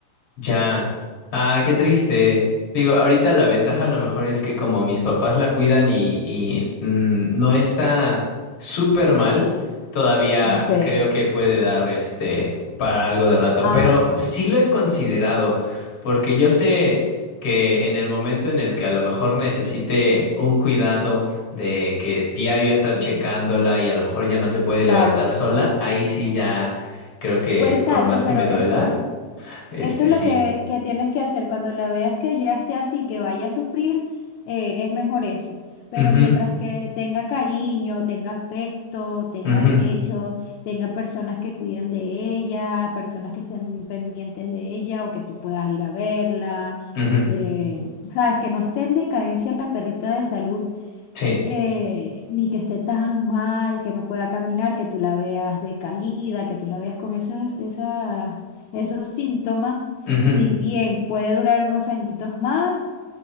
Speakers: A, on the left; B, on the left.
A: Ya. Ah, qué triste. Digo, ahorita la ventaja
B: Sí.
A: a lo mejor es que como mis papás la cuidan y, y mm, no está súper mal, todavía
B: Ok.
A: creo que puede dar este para algo de rato.
B: Ah,
A: Pero
B: bueno.
A: sí lo he considerado, porque yo sé que en el momento en el que a lo mejor necesite un cuidado de que diario estar
B: Ujú.
A: checándola y a lo mejor ya no se puede
B: Claro,
A: levantar sola, ahí sí ya creo que
B: Pues, exacto,
A: por más
B: pero
A: que me duela,
B: eso,
A: este
B: eso es
A: sí.
B: lo que, que tienes que hacer. Cuando la veas que ya esté así, que vaya a sufrir, eh, es mejor eso. Pero
A: Ujú,
B: mientras que tenga cariño, tenga afecto, tenga
A: ujú,
B: techo, tenga personas que cuiden de ella, personas que estén pendientes de ella o que tú puedas ir a verla,
A: ujú,
B: eh, sabes, que no esté en decadencia la perrita de salud
A: sí,
B: eh, ni que esté tan mal, que no pueda caminar, que tú la veas decaída, que tú la veas con esas, esas, esos síntomas,
A: ujú,
B: si bien puede durar unos añitos más,